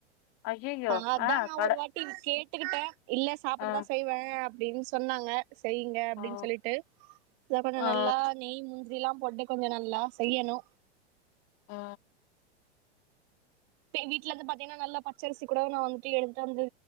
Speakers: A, on the left (about 45°); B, on the right (about 50°).
A: ஐயையோ
B: ஆ அதா நா
A: கட
B: ஒரு வாட்டி கேட்டுக்கிட்ட இல்ல சாப்புடதா
A: ஆ
B: செய்வ அப்டின் சொன்னாங்க செய்யுங்க அப்டின்
A: ஆ
B: சொல்லிட்டு கொஞ்ச
A: ஆ
B: நல்லா நெய் முந்திரில்லா போட்டு கொஞ்ச நல்லா செய்யணு
A: ஆ
B: எங் வீட்ல இருந்து பாத்தீங்கன்னா நல்லா பச்சரிசி கூட நா வந்துட்டு எடுத்துட்டு வந்து